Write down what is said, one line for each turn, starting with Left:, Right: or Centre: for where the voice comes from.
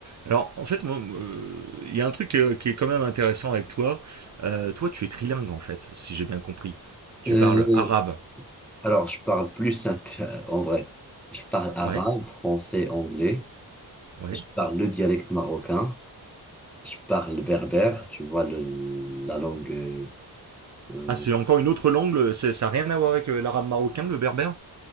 Right: Alors, en fait, moi, euh, il y a un truc euh, qui est quand même intéressant avec toi. Euh, toi, tu es trilingue, en fait, si j'ai bien compris. Tu
Centre: Euh,
Right: parles arabe.
Centre: alors, je parle plus simple, <laughs> en vrai. Je parle arabe,
Right: Ouais,
Centre: français, anglais.
Right: ouais.
Centre: Je parle le dialecte marocain. Je parle berbère, tu vois, le, la langue. euh, euh,
Right: Ah, c'est encore une autre langue, le- c'est- ça n'a rien à voir avec euh, l'arabe marocain, le berbère?